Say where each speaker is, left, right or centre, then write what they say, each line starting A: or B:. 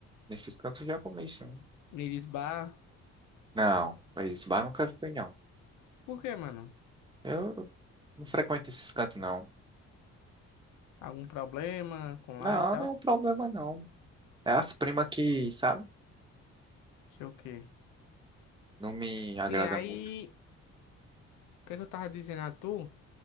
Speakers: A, on the right; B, on the left.
A: nesses cantos já comi sim.
B: Neles Bar.
A: Não, mas bar nunca fui, não.
B: Por quê, mano?
A: Eu não frequento esses cantos, não.
B: Algum problema com
A: Não,
B: lá e tal?
A: não é um problema, não. É as primas que, sabe?
B: Sei o quê.
A: Não me
B: Sim,
A: agrada
B: aí,
A: muito.
B: o que é que eu tava dizendo a tu?